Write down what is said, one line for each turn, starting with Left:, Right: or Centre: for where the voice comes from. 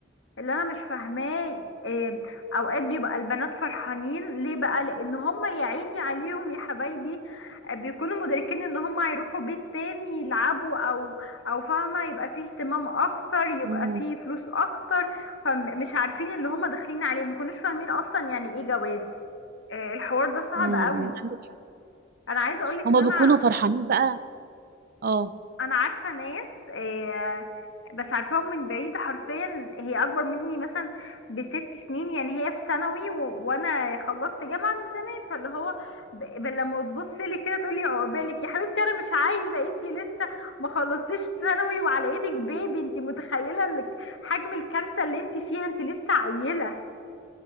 Left: اللي انا مش فاهماه إيه، اوقات بيبقى البنات فرحانين ليه بقى لان هم يا عيني عليهم يا حبايبي آه، بيكونوا مدركين ان هم هيروحوا بيت تاني يلعبوا او او فاهمه يبقى فيه اهتمام اكتر يبقى
Right: مم.
Left: فيه فلوس اكتر فمش عارفين اللي هم داخلين عليه ما يكونوش فاهمين اصلا يعني ايه جواز آه، الحوار ده صعب
Right: مم.
Left: قوي
Right: عندك حق
Left: انا عايزه اقولك
Right: هما
Left: ان انا
Right: بيكونوا فرحانين بقى اه
Left: انا عارفه ناس آه، بس عارفاهم من بعيد حرفيا هي اكبر مني مثلا بست سنين يعني هي في ثانوي و... وانا خلصت جامعه من زمان فاللي هو ب... ب- لما تبص لي كده تقولي عقبالك يا حبيبتي انا مش عايزه انتي لسه ما خلصتيش ثانوي وعلى ايدك بيبي انتي متخيله ال- حجم الكارثه اللي انتي فيها انتي لسه عيله